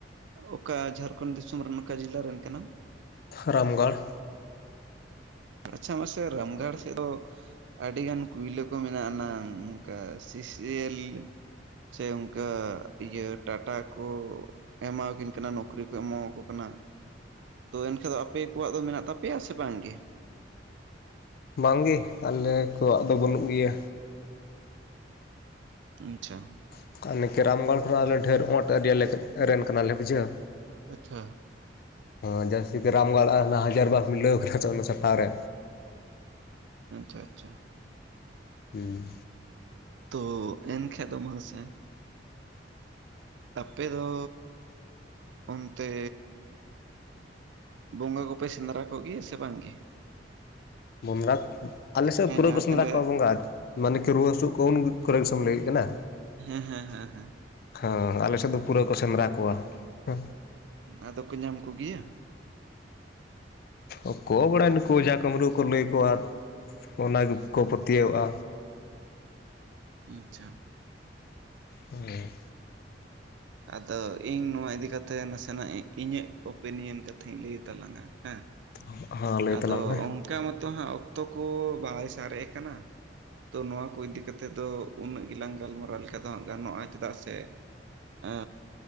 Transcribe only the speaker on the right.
ᱚᱠᱟ ᱡᱷᱟᱲᱠᱷᱚᱸᱰ ᱫᱤᱥᱚᱢ ᱨᱮᱱ ᱚᱠᱟ ᱡᱮᱞᱟ ᱨᱮᱱ ᱠᱟᱱᱟᱢ?
ᱟᱪᱪᱷᱟ ᱢᱟᱥᱮ ᱨᱟᱢᱜᱚᱲ ᱥᱮᱫ ᱫᱚᱼᱼ ᱟᱹᱰᱤ ᱜᱟᱱ ᱠᱩᱭᱞᱟᱹ ᱠᱚ ᱢᱮᱱᱟᱜ ᱟᱱᱟᱝ ᱚᱱᱠᱟ ᱥᱤᱥᱤᱮᱞᱻ ᱥᱮ ᱚᱱᱠᱟ ᱤᱭᱟᱹ ᱴᱟᱴᱟ ᱠᱚ ᱮᱢᱟᱣᱟᱠᱤᱱ ᱠᱟᱱᱟ ᱱᱚᱠᱨᱤ ᱠᱚ ᱮᱢᱟᱣᱟᱠᱚ ᱠᱟᱱᱟ ᱾ ᱛᱚ ᱮᱱᱠᱷᱟᱱ ᱫᱚ ᱟᱯᱮ ᱠᱚᱣᱟᱜ ᱫᱚ ᱢᱮᱱᱟᱜ ᱛᱟᱯᱮᱭᱟ ᱥᱮ ᱵᱟᱝ ᱜᱮ
ᱟᱪᱪᱷᱟ
ᱟᱪᱪᱷᱟ
ᱟᱪᱪᱷᱟ ᱟᱪᱪᱷᱟ
ᱛᱚ ᱮᱱᱠᱷᱟᱡ ᱫᱚ ᱢᱟᱥᱮ ᱟᱯᱮ ᱫᱚ ᱚᱱᱛᱮ ᱵᱚᱸᱜᱟ ᱠᱚᱯᱮ ᱥᱮᱸᱫᱽᱨᱟ ᱠᱚᱜᱮᱭᱟ ᱥᱮ ᱵᱟᱝ ᱜᱮ?
ᱦᱮᱸ
ᱡᱟᱦᱟᱸ
ᱛᱤᱱᱨᱮ
ᱦᱮᱸ ᱦᱮᱸ ᱦᱮᱸ ᱦᱮᱸ
ᱟᱫᱚ ᱠᱚ ᱧᱟᱢ ᱠᱚᱜᱮᱭᱟ
ᱟᱪᱪᱷᱟ
ᱟᱫᱚ ᱤᱧ ᱱᱚᱣᱟ ᱤᱫᱤ ᱠᱟᱛᱮᱜ ᱱᱟᱥᱮᱱᱟᱜ ᱤᱧᱟᱹᱜ ᱚᱯᱤᱱᱤᱭᱚᱱ ᱠᱟᱛᱷᱟᱧ ᱞᱟᱹᱭ ᱛᱟᱞᱟᱝᱟ ᱦᱟᱜ
ᱟᱫᱚ
ᱚᱱᱠᱟ ᱢᱚᱛᱚ ᱦᱟᱸᱜ ᱚᱠᱛᱚ ᱠᱚ ᱵᱟᱭ ᱥᱟᱨᱮᱜ ᱠᱟᱱᱟ᱾ ᱛᱚ ᱱᱚᱣᱟ ᱠᱚ ᱤᱫᱤ ᱠᱟᱛᱮᱫ ᱫᱚ ᱩᱱᱟᱹᱜ ᱜᱮᱞᱟᱝ ᱜᱟᱞᱢᱟᱨᱟᱣ ᱞᱮᱠᱟ ᱫᱚ ᱦᱟᱸᱜ ᱜᱟᱱᱚᱜᱼᱟ ᱪᱮᱫᱟᱜ ᱥᱮ ᱚ